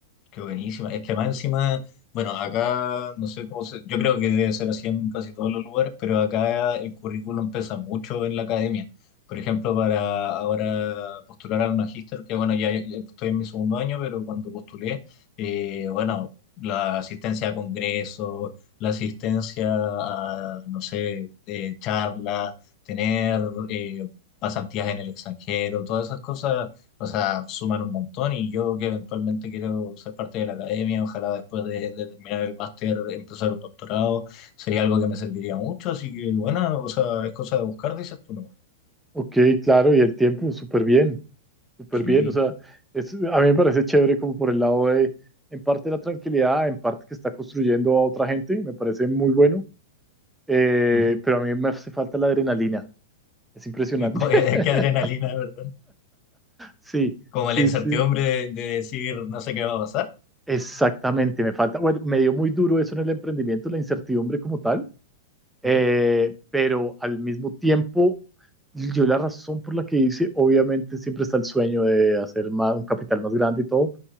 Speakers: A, on the left; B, in the centre.
A: qué buenísima. Es que más encima, bueno, acá no sé cómo se, yo creo que debe ser así en casi todos los lugares, pero acá el currículum pesa mucho en la academia. Por ejemplo, para ahora postular al magíster, que bueno, ya, ya estoy en mi segundo año, pero cuando postulé, eh, bueno, la asistencia a congresos, la asistencia a, no sé, eh, charlas, tener eh, pasantías en el extranjero, todas esas cosas O sea, suman un montón y yo que eventualmente quiero ser parte de la academia, ojalá después de, de terminar el máster empezar un doctorado, sería algo que me serviría mucho, así que bueno, o sea, es cosa de buscar, dices tú no.
B: Ok, claro, y el tiempo, súper bien, súper
A: Sí.
B: bien, o sea, es, a mí me parece chévere como por el lado de, en parte la tranquilidad, en parte que está construyendo a otra gente, me parece muy bueno, eh,
A: ujú.
B: pero a mí me hace falta la adrenalina, es impresionante.
A: Y cu- <laughs>
B: <laughs>
A: Qué adrenalina, ¿verdad?
B: Sí,
A: Como
B: sí,
A: la incertidumbre
B: sí,
A: de, de decir no sé qué va a pasar,
B: exactamente, me falta, bueno, me dio muy duro eso en el emprendimiento, la incertidumbre como tal. Eh,
A: ¿no?
B: pero al mismo tiempo, yo la razón por la que hice, obviamente siempre está el sueño de hacer más, un capital más grande y todo,